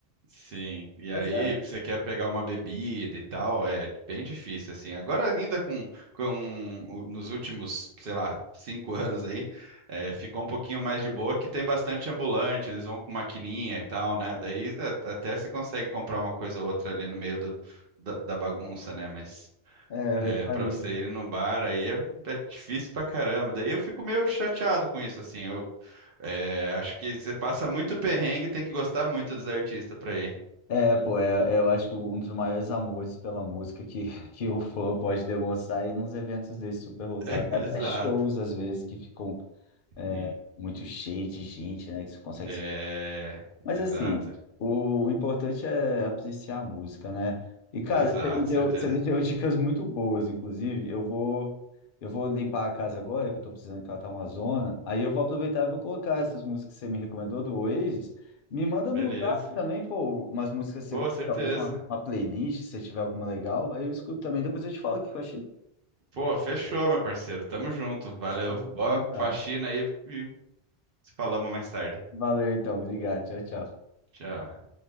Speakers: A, on the right; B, on the left.
A: sim. E
B: Mas
A: aí,
B: é,
A: você quer pegar uma bebida e tal, é bem difícil, assim. Agora, ainda com, com o- nos últimos, sei lá, cinco <laughs> anos aí, é, ficou um pouquinho mais de boa, que tem bastante ambulante, eles vão com maquininha e tal, né? Daí é, até você consegue comprar uma coisa ou outra ali no meio do, da, da bagunça, né? Mas
B: é, eu
A: É,
B: reparei.
A: para você ir no bar aí é, é difícil pra caramba. Daí eu fico meio chateado com isso, assim. Eu é, acho que você passa muito perrengue e tem que gostar muito dos artistas pra ir.
B: É, pô, é, eu acho que um dos maiores amores pela música que, <laughs> que o fã pode demonstrar é ir nos eventos desses super lotados.
A: <laughs> Exato.
B: Até shows, às vezes, que ficam é,
A: Sim.
B: muito cheios de gente, né? Que você consegue
A: É,
B: Mas
A: exato.
B: assim, o, o importante é apreciar a música, né? E cara,
A: Exato,
B: você me deu,
A: certeza.
B: você me deu <laughs> dicas muito boas, inclusive. Eu vou, eu vou limpar a casa agora, que eu tô precisando catar uma zona. Aí eu vou aproveitar e vou colocar essas músicas que você me recomendou do Oasis. Me manda
A: Beleza.
B: no zap também, pô, umas músicas, que
A: Pô,
B: você,
A: certeza.
B: talvez uma, uma playlist, se tiver alguma legal. Aí eu escuto também, depois eu te falo o que eu achei.
A: Pô, fechou, meu parceiro. Tamo junto. Valeu.
B: Fechou?
A: Boa
B: Então tá.
A: faxina aí e se falamos mais tarde.
B: Valeu então, obrigado. Tchau, tchau.
A: Tchau.